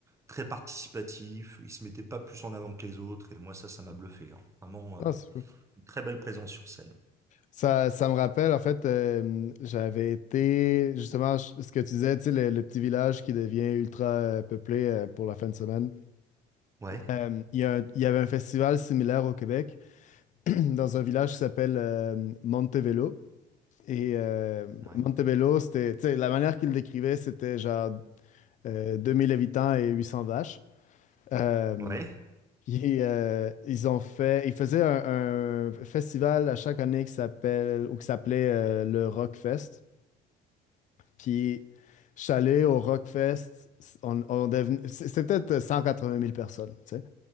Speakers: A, on the right (about 15°); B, on the left (about 45°).
A: très participatif. Il se mettait pas plus en avant que les autres et moi ça, ça m'a bluffé. hein. Vraiment
B: Non,
A: euh,
B: c'est fou.
A: une très belle présence sur scène.
B: Ça, ça me rappelle, en fait, euh, j'avais été, justement, je- ce que tu disais, tu sais, le, le petit village qui devient ultra euh, peuplé euh, pour la fin de semaine.
A: Ouais,
B: Euh, Il y a un- il y avait un festival similaire au Québec. <clears throat> dans un village qui s'appelle euh, Montebello. Et euh,
A: ouais,
B: Montebello, c'était, tu sais, la manière qu'il le décrivait, c'était genre euh, 2000 habitants et 800 vaches. Euh,
A: Ouais.
B: puis, euh, ils ont fait, ils faisaient un, un festival à chaque année qui s'appelle ou qui s'appelait euh, le Rockfest. Puis, je suis allé au Rockfest, on, on devenait- c'était peut-être 180 000 personnes. tu sais.